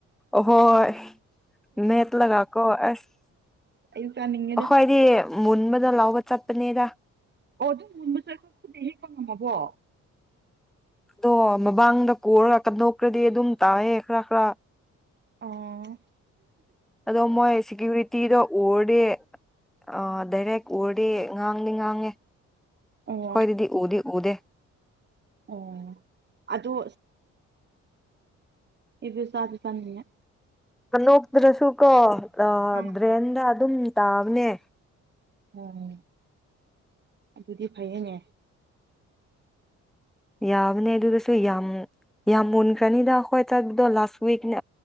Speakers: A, in the centre; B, on the right (about 35°).
A: ꯑꯍꯣꯏ ꯃꯦꯠꯂꯒꯀꯣ ꯑꯁꯈꯣꯏꯗꯤ
B: ꯑꯩ ꯆꯥꯅꯤꯡꯉꯦꯗ
A: ꯃꯨꯟꯕꯗ ꯂꯥꯎ ꯋꯥ ꯆꯄꯅꯦꯗ
B: ꯑꯣ ꯑꯗꯨꯝ ꯃꯨꯟꯕꯁꯨ ꯑꯩꯈꯣꯏ ꯈꯨꯠꯅ ꯍꯦꯛꯄ ꯉꯝꯃꯕꯣ
A: ꯑꯗꯣ ꯃꯃꯥꯡꯗ ꯀꯔ ꯀꯟꯗꯣꯛꯈ꯭ꯔꯗꯤ ꯑꯗꯨꯝ ꯇꯥꯏꯌꯦ ꯈꯔ ꯈꯔ
B: ꯑꯥ
A: ꯑꯗꯣ ꯃꯣꯏ ꯁꯦꯀ꯭ꯌꯨꯔꯤꯇꯤꯗꯣ ꯎꯔꯗꯤ ꯑ ꯗꯥꯏꯔꯦꯛ ꯎꯔꯗꯤ ꯉꯥꯡꯗꯤ ꯉꯥꯡꯉꯦ
B: ꯑꯣ
A: ꯈꯣꯏꯗꯤ ꯎꯗꯤ ꯎꯗꯦ
B: ꯑꯣ ꯑꯗꯣ ꯏꯕꯦ ꯆꯥ ꯆꯥꯅꯤꯡꯉꯦ
A: ꯑꯅꯣꯛꯗ꯭ꯔꯁꯨ ꯀꯣ ꯑ
B: ꯑꯥ
A: ꯗ꯭ꯔꯦꯟꯗ ꯑꯗꯨꯝ ꯇꯥꯕꯅꯦ
B: ꯑꯣ ꯑꯗꯨꯗꯤ ꯐꯩꯌꯦꯅꯦ
A: ꯌꯥꯕꯅꯦ ꯑꯗꯨꯗꯁꯨ ꯌꯥꯝ ꯌꯥꯝ ꯃꯨꯟꯈ꯭ꯔꯅꯤꯗ ꯑꯩꯈꯣꯏ ꯆꯠꯄꯗꯣ ꯂꯥꯁ ꯋꯤꯛꯅꯦ